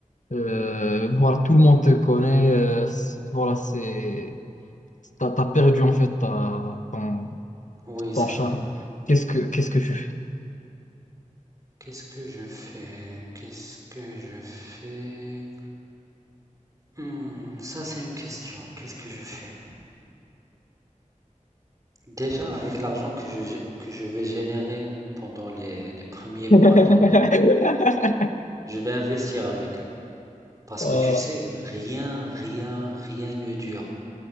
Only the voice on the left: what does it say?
Euh, voilà, tout le monde te connaît, euh, c'est- voilà, c'est, t'as, t'as perdu en fait ta- ton,
ton charme.
Qu'est-ce que, qu'est-ce que tu fais?
<laughs>
Voilà.